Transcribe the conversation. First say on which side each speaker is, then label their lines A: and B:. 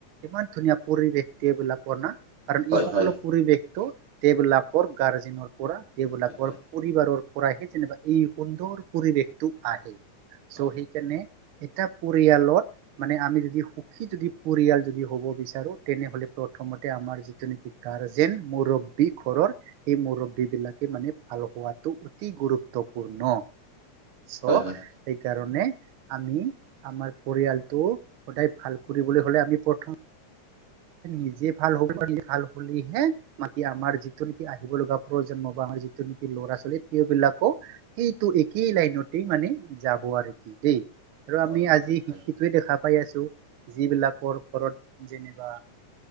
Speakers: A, on the right; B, on the right.
A: ইমান ধুনীয়া পৰিবেশক্তিয় বিলাকৰ না। কাৰণ
B: হয়
A: এই সকলো
B: হয়
A: পৰিৱেশটো দেবলাকৰ গাৰ্জেনৰ পৰা। যিবিলাকৰ
B: হয় হয়
A: পৰিবাৰৰ পৰাহে যেনিবা এই সুন্দৰ পৰিৱেশটো আহে। চ
B: অ
A: সেই কেনে। এটা পৰিয়ালত মানে আমি যদি সুখী যদি পৰিয়াল যদি হ'ব। নেমাৰ যি ন মী ঘৰৰ স ম। মানে ভাল হোৱাটো অতি গুৰুত্বপূৰ্ণ। চ'
B: হয় হয় হয়
A: এইকাৰণে, আমি আমাৰ পৰিয়ালটো সদায় ভাল কৰিবলৈ হ'লে আমি প্ৰথম, নিজে ভাল হ'ব প ভাল হলেহে মাকি আমাৰ যিটো নেকি আহিব লগা প্ৰয়োন্ম। আমাৰ যিটো নেকি ল'ৰা ছোৱালী তেওঁবলাকো সেইটো একেই লাইনতেই মানে যাব আৰু কি। দেই আৰু আমি
B: অ হয়
A: আজি
B: হয় হয়
A: শিকিতোৱে দেখা পাই আছো যিবিলাকৰ ঘৰত যেনে। বা